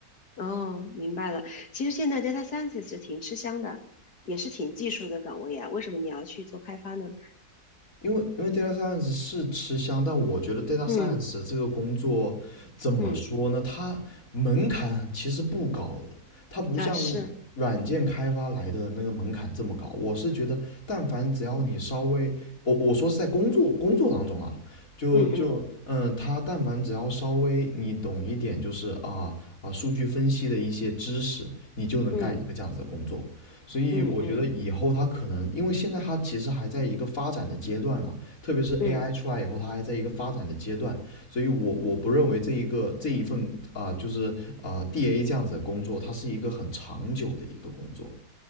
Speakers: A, on the left; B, on the left.
A: 哦，明白了。其实现在 data scientist 挺吃香的，也是挺技术的岗位啊。为什么你要去做开发呢？
B: 因为因为 data science 是吃香，但我觉得 data
A: 嗯
B: science 这个工作怎么说呢？
A: 嗯，
B: 它门槛其实不高的，它不像
A: 啊是，
B: 软件开发来的那个门槛这么高。我是觉得，但凡只要你稍微，我我说是在工作工作当中啊，就就嗯，
A: 嗯嗯
B: 他但凡只要稍微你懂一点，就是啊啊数据分析的一些知识，你就能干一个这样子的工作。
A: 嗯
B: 所以我觉得以后它可能，
A: 嗯嗯嗯嗯。
B: 因为现在它其实还在一个发展的阶段嘛，特别是 AI
A: 嗯
B: 出来以后，它还在一个发展的阶段，所以我我不认为这一个这一份啊、呃就是啊、DA 这样子的工作，它是一个很长久的一个工作。